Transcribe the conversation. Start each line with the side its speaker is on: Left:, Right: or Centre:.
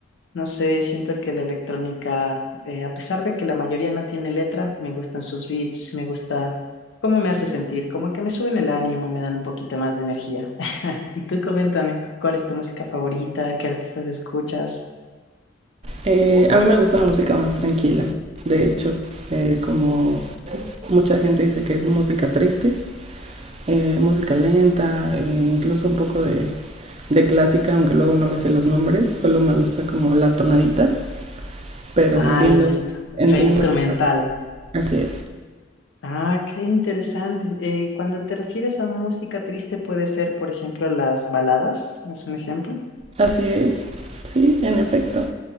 Left: No sé, siento que la electrónica, eh, a pesar de que la mayoría no tiene letra, me gustan sus beats, me gusta cómo me hace sentir, como que me suben el ánimo, me dan un poquito más de energía. <laughs> Y tú coméntame, ¿cuál es tu música favorita? ¿Qué artistas escuchas?
Right: Eh, a mí me gusta la música más tranquila. De hecho, eh, como mucha gente dice que es música triste, eh, música lenta, eh, incluso un poco de, de clásica, aunque luego no me sé los nombres, solo me gusta como la tonadita, pero
Left: Ah,
Right: entiendo,
Left: listo.
Right: entiendo
Left: Lo instrumental.
Right: la parte. Así es,
Left: Ah, qué interesante. Eh, cuando te refieres a música triste, puede ser, por ejemplo, las baladas, es un ejemplo.
Right: así es, sí, en efecto.